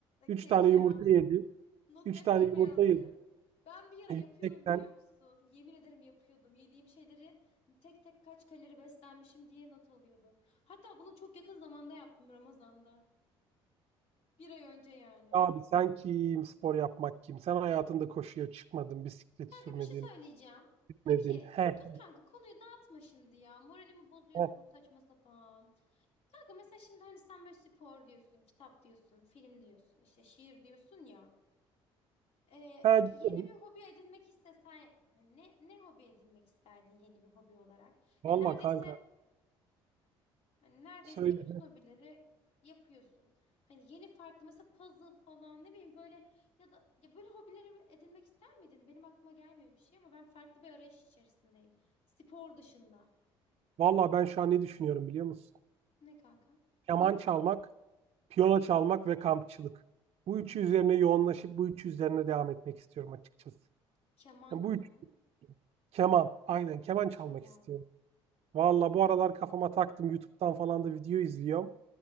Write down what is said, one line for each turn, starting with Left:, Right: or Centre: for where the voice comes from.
Right: 3
Left: Keci
Right: tane yumurta
Left: al.
Right: yedim.
Left: Not
Right: üç
Left: defterime
Right: tane yumurta
Left: yazıyor.
Right: yedim.
Left: Ben bir ara
Right: 180.
Left: yapıyordum biliyor musun? Yemin ederim yapıyordum. Yediğim şeyleri tek tek kaç kalori beslenmişim diye not alıyordum. Hatta bunu çok yakın zamanda yaptım Ramazan'da. Bir ay önce yani.
Right: Abi sen kim? Spor yapmak kim? Sen hayatında koşuya çıkmadın, bisiklet
Left: Kanka
Right: sürmedin,
Left: bir şey söyleyeceğim.
Right: gitmedin.
Left: Peki
Right: He he.
Left: dur kanka konuyu dağıtma şimdi ya. Moralimi bozuyorsun
Right: he.
Left: saçma sapan. Kanka mesela şimdi hani sen böyle spor diyorsun, kitap diyorsun, film diyorsun, işte şiir diyorsun ya. Ee, peki
Right: diyorum.
Left: yeni bir hobi edinmek istesen hani ne ne hobi edinmek isterdin yeni bir hobi olarak?
Right: Valla
Left: Yani neredeyse
Right: kanka
Left: hani neredeyse
Right: söyle.
Left: bütün hobileri yapıyorsun. Hani yeni farklı mesela puzzle falan ne bileyim böyle ya da ya böyle hobileri edinmek ister miydin? Benim aklıma gelmiyor bir şey ama ben farklı bir arayış içerisindeyim. Spor dışında.
Right: Valla ben şu an ne düşünüyorum biliyor musun?
Left: Ne kanka?
Right: Keman çalmak, piyano çalmak ve kampçılık. Bu üçü üzerine yoğunlaşıp bu üçü üzerine devam etmek istiyorum açıkçası.
Left: Keman
Right: Yani
Left: mı?
Right: bu üç keman. Aynen keman çalmak
Left: Keman.
Right: istiyorum. Valla bu aralar kafama taktım. YouTube'dan falan da video izliyorum.